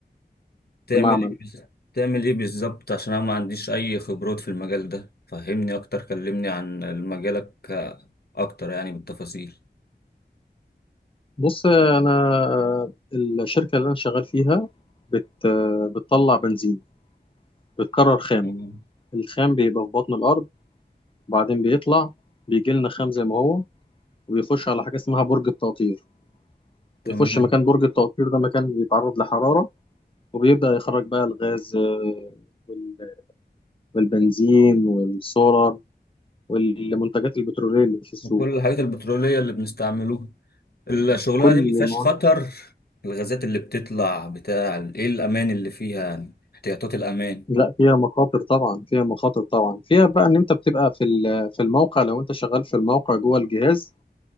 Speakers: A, on the left (about 60°); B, on the left (about 30°).
A: تعمل
B: في معمل
A: ايه بز- تعمل ايه بالظبط عشان انا ما عنديش اي خبرات في المجال ده فهمني اكتر كلمني عن مجالك آه، اكتر يعني بالتفاصيل
B: بص انا الشركه اللي انا شغال فيها بت بتطلع بنزين بتكرر خام
A: تمام
B: الخام بيبقى في بطن الارض وبعدين بيطلع بيجي لنا خام زي ما هو وبيخش على حاجه اسمها برج التقطير
A: تمام.
B: يخش مكان برج التقطير ده مكان بيتعرض لحراره وبيبدا يخرج بقى الغاز آه، وال- والبنزين والسولار والمنتجات البترولية اللي في السوق
A: وكل الحاجات البترولية اللي بنستعملوها الشغلانة
B: كل
A: دي ما فيهاش
B: المواد
A: خطر الغازات اللي بتطلع بتاع ايه الامان اللي فيها يعني احتياطات الامان
B: لا فيها مخاطر طبعا فيها مخاطر طبعا فيها بقى ان انت بتبقى في ال- في الموقع لو انت شغال في الموقع جوه الجهاز